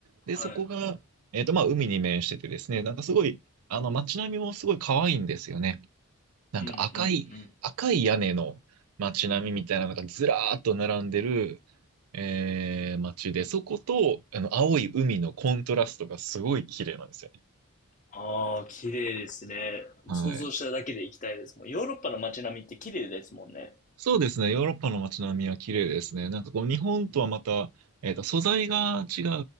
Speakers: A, on the right; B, on the left.
A: で、
B: はい。
A: そこが、えっと、まあ、海に面しててですね、なんかすごい、あの、街並みもすごい可愛いんですよね。なんか赤い、
B: うんうんうん。
A: 赤い屋根の街並みみたいなのがずらーっと並んでる、えー、街で、そこと、あの、青い海のコントラストがすごい綺麗なんですよ。
B: ああ、綺麗ですね。もう想像しただけで行きたいです。
A: はい。
B: もうヨーロッパの街並みって綺麗ですもんね。
A: そうですね。ヨーロッパの街並みは綺麗ですね。なんかこう、日本とはまた、えっと、素材が違